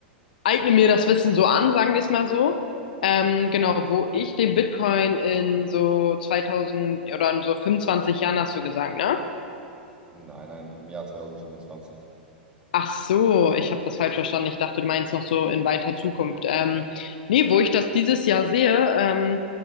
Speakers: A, on the left; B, on the right.
A: eigne mir das Wissen so an, sagen wir es mal so. Ähm, genau, wo ich den Bitcoin in so 2000 oder in so fünfundzwanzig Jahren hast du gesagt, ne?
B: Nein, nein, im Jahr 2025.
A: Ach so, ich habe das falsch verstanden. Ich dachte, du meinst noch so in weiter Zukunft. Ähm, nee, wo ich das dieses Jahr sehe, ähm,